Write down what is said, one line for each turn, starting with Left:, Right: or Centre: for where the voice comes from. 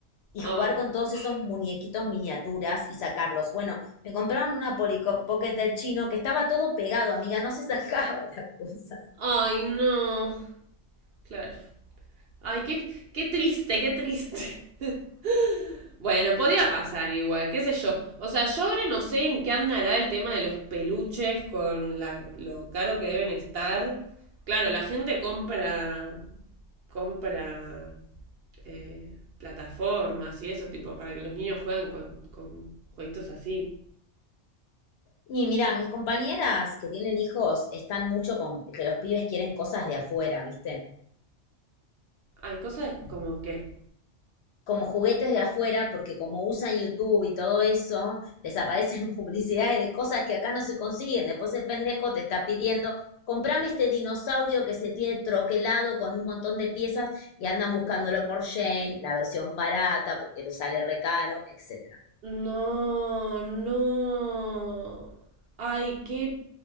Left: y jugar
Right: Ay,
Left: con todos esos muñequitos miniaturas y sacarlos. Bueno, me compraron una Polyco- Pocket del chino que estaba todo pegado, amiga, no se <laughs> sacaban las cosas.
Right: ay, no. Claro. Ay, qué, qué triste, qué triste. <laughs> Bueno, podía pasar igual, qué sé yo. O sea, yo ahora no sé en qué andará el tema de los peluches con la- lo caro que deben estar. Claro, la gente compra, compra eh, plataformas y eso, tipo, para que los niños jueguen con, con jueguitos así.
Left: Y mira, mis compañeras que tienen hijos están mucho con que los pibes quieren cosas de afuera, ¿viste?
Right: Hay cosas como que...
Left: como juguetes de afuera, porque como usan YouTube y todo eso, les aparecen <laughs> publicidades de cosas que acá no se consiguen. Después el pendejo te está pidiendo, comprame este dinosaurio que se tiene troquelado con un montón de piezas y andan buscándolo por Shane, la versión barata, porque le sale recaro, etc.
Right: No, no. Ay, qué